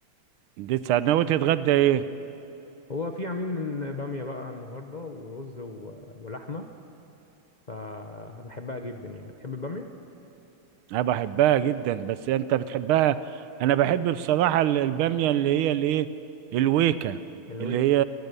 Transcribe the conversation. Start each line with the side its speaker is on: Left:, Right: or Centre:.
Right: دي ساعدنا وتتغدى ايه
Left: هو في عاملين باميه بقى النهارده ورز و... ولحمه فبحبها جدا يعني بتحب البامية
Right: انا بحبها جدا بس انت بتحبها انا بحب بصراحه ال- الباميه اللي هي الايه الويكه
Left: الويك
Right: اللي هي